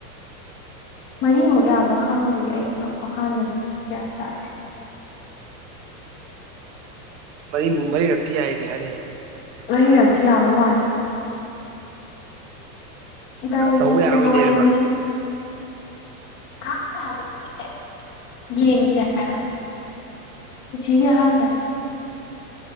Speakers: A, on the left; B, on the right.
A: ꯃꯔꯤꯃꯨꯛ ꯌꯥꯕ꯭ꯔꯥ ꯈꯪꯗꯦ ꯑꯩꯁꯨ ꯑꯍꯥꯟꯕꯅꯤꯅ ꯒ꯭ꯌꯥꯟ ꯇꯥꯗꯦ
B: ꯃꯔꯤꯃꯨꯛ ꯃꯔꯤꯔꯛꯇꯤ ꯌꯥꯏꯌꯦꯗꯤ ꯍꯥꯏꯗꯥꯏꯅꯦ
A: ꯃꯔꯤꯔꯛꯇꯤ ꯌꯥꯕ ꯃꯥꯜꯂꯦ ꯏꯕꯥꯏꯅꯤꯒꯤ
B: ꯇꯧꯕ
A: ꯁꯤꯅ
B: ꯌꯥꯔꯣꯏꯗꯣꯏꯔꯕ
A: ꯂꯣꯏꯔꯦ ꯉꯁꯤꯒꯤ ꯈꯪꯗꯦ ꯍꯥꯏꯕꯅꯤꯅꯦ ꯌꯦꯡꯖꯦ ꯍꯥꯏꯕ ꯄꯨꯟꯁꯤꯒꯤ ꯑꯍꯥꯟꯕꯅꯦ